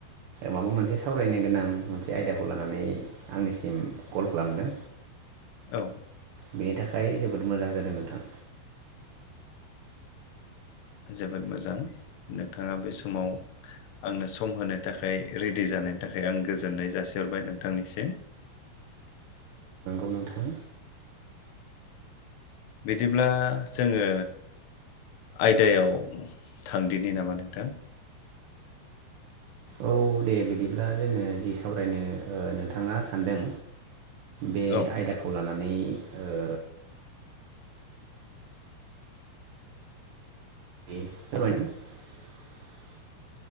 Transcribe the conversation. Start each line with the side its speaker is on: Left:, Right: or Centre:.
Right: माबा मोनसे सावरायनो गोनां मोनसे आयदाखौ लानानै आंनिसिम कल खालामदों
Left: औ
Right: बेनि थाखाय जोबोद मोजां जादों नोंथां।
Left: जोबोद मोजां नोंथाङा बे समाव आंनो सम होनो थाखाय रेडि जानायनि थाखाय आं गोजोननाय जासिहरबाय नोंथांनिसिम।
Right: उ नोंथां
Left: बिदिब्ला जोङो आयदायाव थांदिनि नामा नोंथां
Right: औ दे बिदिब्ला जोङो जि सावरायनो ओ नोंथाङा सानदों बे
Left: औ
Right: आयदाखौ लानानै नै ओ <unintelligible>